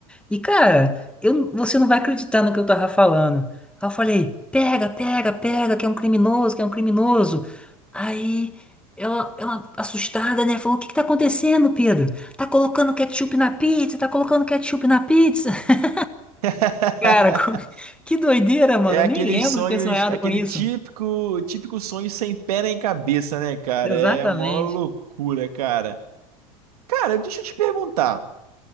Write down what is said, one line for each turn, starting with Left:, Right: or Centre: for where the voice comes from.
Centre: E, cara, eu, você não vai acreditar no que eu tava falando. Aí eu falei, pega, pega, pega, que é um criminoso, que é um criminoso. Aí ela, ela assustada, né, falou, o que que tá acontecendo, Pedro? Tá colocando ketchup na pizza, tá colocando ketchup na pizza. <laughs>
Right: <laughs>
Centre: Cara, co- que doideira, mano.
Right: É
Centre: Eu
Right: aqueles
Centre: nem lembro
Right: sonhos,
Centre: de ter sonhado
Right: aquele
Centre: com isso.
Right: típico, típico sonho sem pé nem cabeça, né, cara?
Centre: Exatamente.
Right: É a maior loucura, cara. Cara, deixa eu te perguntar.